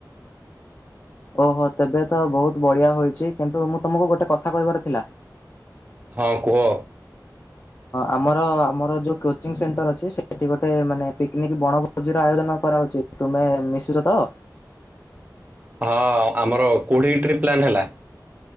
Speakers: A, on the left; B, on the right.
A: ଓହୋ! ତେବେ ତ ବହୁତ ବଢିଆ ହୋଇଛି କିନ୍ତୁ ମୁଁ ତମକୁ ଗୋଟେ କଥା କହିବାର ଥିଲା।
B: ହଁ, କୁହ।
A: ଆମର ଆମର ଯୋଉ କୋଚିଂ ସେଣ୍ଟର ଅଛି, ସେଠି ଗୋଟେ ମାନେ ପିକନିକ ବଣ ଭୋଜିର ଆୟୋଜନ କରାହଉଚି, ତୁମେ ମିଶୁଚ ତ।
B: ହଁ, ଆମର କୋଉଠି ଟ୍ରିପ ପ୍ଲାନ୍ ହେଲା।